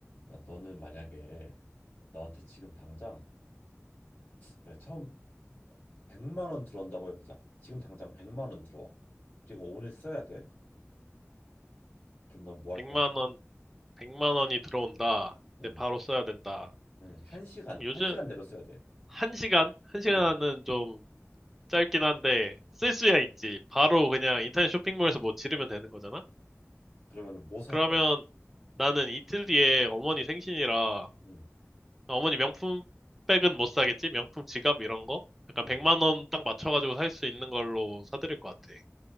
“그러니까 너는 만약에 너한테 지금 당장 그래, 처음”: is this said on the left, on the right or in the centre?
Left